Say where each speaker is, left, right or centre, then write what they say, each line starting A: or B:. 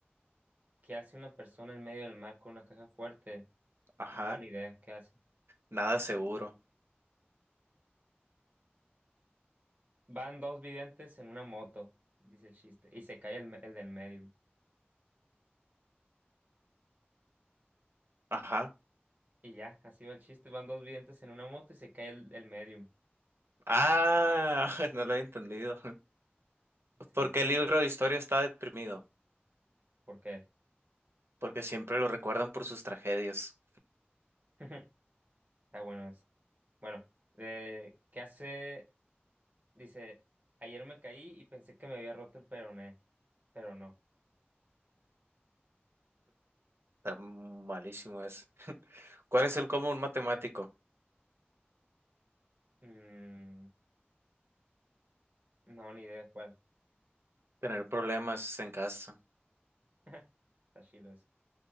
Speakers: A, on the right; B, on the right.
A: ¿Qué hace una persona en medio del mar con una caja fuerte?
B: Ajá.
A: No, ni idea, ¿qué hace?
B: Nada seguro.
A: Van dos videntes en una moto, dice el chiste, y se cae el, me- el del medio.
B: Ajá.
A: Y ya, así va el chiste. Van dos videntes en una moto y se cae el, el medium.
B: Ah, <laughs> no lo he entendido.
A: Sí,
B: Porque el libro de historia está deprimido,
A: ¿por qué?
B: porque siempre lo recuerdan por sus tragedias.
A: <laughs> Está bueno eso. Bueno, eh, ¿qué hace? Dice, ayer me caí y pensé que me había roto el peroné, pero no.
B: Está malísimo ese. <laughs> ¿Cuál es el común matemático?
A: Mm, no, ni idea cuál.
B: Tener problemas en casa.
A: <laughs> Está chilo eso.